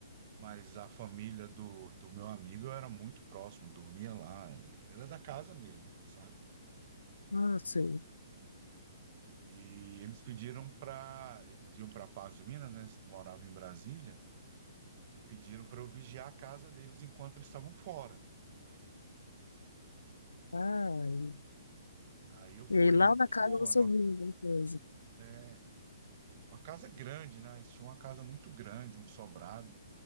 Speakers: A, on the right; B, on the left.
A: mas a família do, do meu amigo eu era muito próximo, dormia lá, eh, era da casa mesmo, sabe?
B: Ah, sei.
A: E eles pediram para. Eles iam para Paz de Minas, né? eles Moravam em Brasília, e pediram para eu vigiar a casa deles enquanto eles estavam fora.
B: Ai.
A: Aí eu fui,
B: E aí lá
A: né?
B: na
A: Tipo,
B: casa você
A: era uma,
B: viu alguma coisa.
A: é, uma casa grande, né? Eles tinham uma casa muito grande, um sobrado.